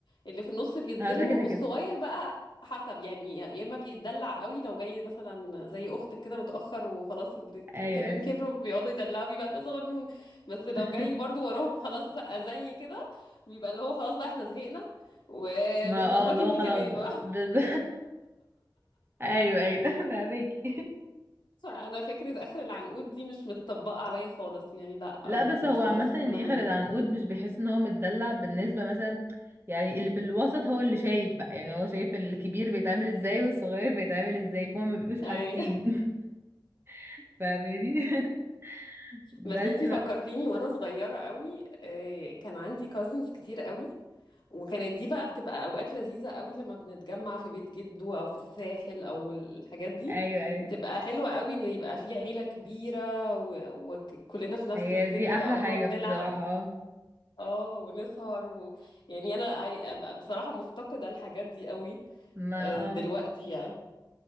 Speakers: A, on the left; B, on the right.
A: اللي في النص بيتظلموا
B: هو ده كده
A: والصغير
B: كده
A: بقى حسب يعني يا اما بيتدلع قوي لو جاي مثلا زي اختك كده متاخر وخلاص التانيين
B: ايوه ايوه
A: كبروا بيقعدوا يدلعوا بيبقى يبقى صغنون بس
B: <laughs>
A: لو جاي برضو وراهم خلاص زي كده بيبقى اللي هو خلاص بقى احنا زهقنا ومش
B: ما
A: ناقصاكي
B: اه لا
A: انت
B: خلاص
A: كمان
B: بقى
A: <laughs>
B: بز... <laughs> ايوه ايوه <laughs> فهماكي
A: فانا فكره اخر العنقود دي مش متطبقه عليا خالص يعني لا يعني
B: لا بس
A: مش
B: هو عامة
A: بحس ان
B: يعني
A: انا عندي
B: اخر العنقود مش بيحس ان هو متدلع بالنسبة مثلا يعني اللي في الوسط هو اللي شايف بقى يعني هو شايف الكبير بيتعامل ازاي والصغير بيتعامل ازاي فهم ما بيبقوش حاسين
A: اي
B: <laughs> فاهماني <laughs> بس
A: بس انتي
B: بقى
A: فكرتيني وانا صغيره قوي آه، كان عندي كازنز كتير قوي وكانت دي بقى بتبقى اوقات لذيذه قوي لما بنتجمع في بيت جده او في الساحل او الحاجات دي
B: ايوه ايوه
A: بتبقى حلوه قوي ان يبقى في عيله كبيره و- وكلنا في نفس
B: هي
A: السن
B: دي احلى
A: بقى ونقعد
B: حاجة بصراحة
A: نلعب
B: اه
A: اه ونسهر و... يعني انا I- بصراحه مفتقده الحاجات دي قوي
B: ما
A: آه،
B: اه
A: دلوقتي يعني